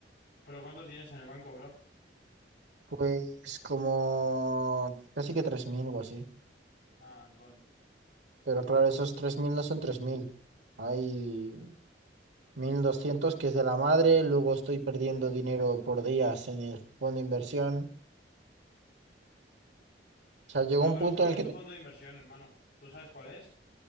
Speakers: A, on the left; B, on the right.
A: ¿Pero cuánto tienes en el banco, bro?
B: Pues como casi que 3.000 o así.
A: Ah, God.
B: Pero claro, esos 3.000 no son tres mil Hay 1.200 que es de la madre, luego estoy perdiendo dinero por días en el fondo de inversión. O sea, llegó
A: Bro,
B: un
A: pero
B: punto
A: ¿cuál
B: en
A: es
B: el que
A: tu
B: te-
A: fondo de inversión, hermano? ¿Tú sabes cuál es?